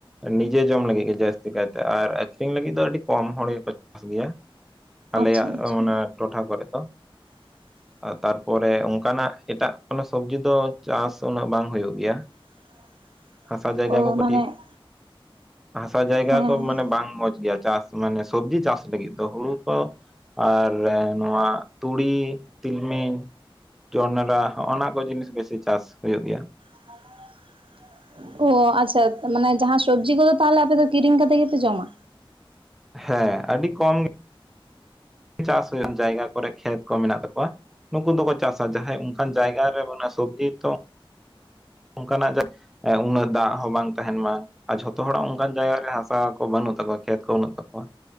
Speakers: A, in the centre; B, on the right.
A: ᱱᱤᱡᱮ ᱡᱚᱢ ᱞᱟᱹᱜᱤᱫ ᱜᱮ ᱡᱟᱹᱥᱛᱤ ᱠᱟᱭᱛᱮ ᱟᱨ ᱟᱠᱠᱷᱨᱤᱧ ᱞᱟᱹᱜᱤᱫ ᱫᱚ ᱟᱹᱰᱤ ᱠᱚᱢ ᱦᱚᱲ ᱜᱮᱠᱚ ᱪᱟᱥ ᱜᱮᱭᱟ ᱾ ᱟᱞᱮᱭᱟᱜ
B: ᱟᱪᱪᱷᱟ ᱟᱪᱪᱷᱟ
A: ᱚᱱᱟ ᱴᱚᱴᱷᱟ ᱠᱚᱨᱮᱜ ᱫᱚ ᱾
B: <unintelligible>
A: ᱛᱟᱨᱯᱚᱨᱮ ᱚᱱᱠᱟᱱᱟᱜ ᱮᱴᱟᱜ ᱠᱳᱱᱳ ᱥᱚᱵᱡᱤ ᱫᱚ ᱪᱟᱥ ᱩᱱᱟᱹᱜ ᱵᱟᱝ ᱦᱩᱭᱩᱜ ᱜᱮᱭᱟ ᱾
B: <unintelligible>
A: ᱦᱟᱥᱟ ᱡᱟᱭᱜᱟ
B: ᱚ
A: ᱠᱚ
B: ᱢᱟᱱᱮ
A: ᱠᱟᱹᱴᱤᱡ, ᱦᱟᱥᱟ ᱡᱟᱭᱜᱟ
B: ᱦᱮᱸ
A: ᱠᱚ ᱢᱟᱱᱮ ᱵᱟᱝ ᱢᱚᱸᱡᱽ ᱜᱮᱭᱟ ᱪᱟᱥ ᱾ ᱢᱟᱱᱮ ᱥᱚᱵᱡᱤ ᱪᱟᱥ ᱞᱟᱹᱜᱤᱫ ᱫᱚ ᱦᱩᱲᱩ ᱠᱚ ᱟᱨ ᱱᱚᱣᱟ ᱛᱩᱲᱤ ᱛᱤᱞᱢᱤᱧ ᱡᱚᱱᱰᱨᱟ ᱦᱚᱸᱼᱱᱚᱸᱣᱟᱠᱚ ᱡᱤᱱᱤᱥ ᱵᱮᱥᱤ ᱪᱟᱥ ᱦᱩᱭᱩᱜ ᱜᱮᱭᱟ ᱾
B: ᱟ ᱚ ᱟᱪᱪᱷᱟ, ᱢᱟᱱᱮ ᱡᱟᱦᱟᱸ ᱥᱚᱵᱽᱡᱤ ᱠᱚᱫᱚ ᱛᱟᱦᱚᱞᱮ ᱟᱯᱮ ᱫᱚ ᱠᱤᱨᱤᱧ ᱠᱟᱛᱮ ᱜᱮᱯᱮ ᱡᱚᱢᱟ?
A: ᱦᱮᱸ ᱟᱹᱰᱤ ᱠᱚᱢ ᱜᱮ ᱪᱟᱥ ᱦᱩᱭᱩᱜ ᱡᱟᱭᱜᱟ ᱠᱚᱨᱮ ᱠᱷᱮᱛ ᱠᱚ ᱢᱮᱱᱟᱜ ᱛᱟᱠᱚᱣᱟ, ᱱᱩᱠᱩ ᱫᱚᱠᱚ ᱪᱟᱥᱟ ᱡᱟᱦᱟᱸᱭ ᱚᱱᱠᱟᱱ ᱡᱟᱭᱜᱟ ᱨᱮ ᱢᱟᱱᱮ ᱥᱚᱵᱡᱤ ᱛᱚ-ᱼ ᱚᱱᱠᱟᱱᱟᱜ ᱡᱟ ᱞᱩᱱᱟᱹᱜ ᱫᱟᱜ ᱦᱚᱸ ᱵᱟᱝ ᱛᱟᱦᱮᱱ ᱢᱟ ᱾ ᱟᱨ ᱡᱷᱚᱛᱚ ᱦᱚᱲᱟᱜ ᱚᱱᱠᱟᱱ ᱡᱟᱭᱜᱟᱨᱮ ᱦᱟᱥᱟ ᱠᱚ ᱵᱟᱹᱱᱩᱜ ᱛᱟᱠᱚᱣᱟ, ᱠᱷᱮᱛ ᱠᱚ ᱵᱟᱹᱱᱩᱜ ᱛᱟᱠᱚᱣᱟ ᱾